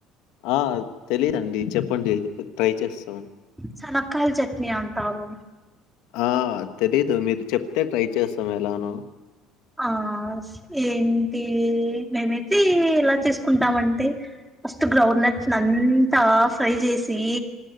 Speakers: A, on the left; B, in the centre.
A: ఆ తెలిదండి చెప్పండి ట్రై చేస్తాం
B: చనక్కయలు చట్నీ అంటారు
A: ఆ తెలీదు మీరు చెప్తే ట్రై చేస్తాం ఎలానో
B: ఆ ఏంటి మేమైతే ఎలా చేసుకుంటామ అంటే ఫస్ట్ గ్రౌండ్నట్స్ అంతా ఫ్రై చేసి